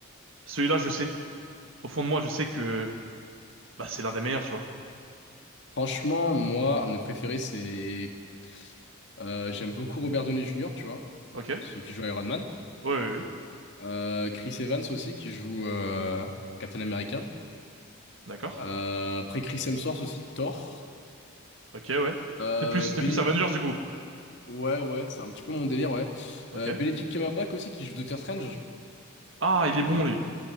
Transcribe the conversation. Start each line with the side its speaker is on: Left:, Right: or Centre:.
Right: celui-là, je sais, au fond de moi, je sais que, bah, c'est l'un des meilleurs, tu vois.
Left: franchement, moi, un de mes préférés, c'est. euh, j'aime beaucoup Robert Downey Jr., tu vois,
Right: Ok? Ouais,
Left: celui qui joue Iron Man.
Right: Oui, oui, oui,
Left: Euh, Chris Evans aussi, qui joue euh, Captain America.
Right: d'accord.
Left: Euh, après, Chris Hemsworth aussi, Thor.
Right: Ok, ouais.
Left: Euh,
Right: T'es plus,
Left: Béné-
Right: t'es plus Avengers du coup.
Left: Ouais, ouais, c'est un petit peu mon délire, ouais.
Right: Ok.
Left: Euh, Benedict Cumberbatch aussi, qui joue Doctor Strange.
Right: Ah, il est bon
Left: Un-
Right: lui.
Left: un-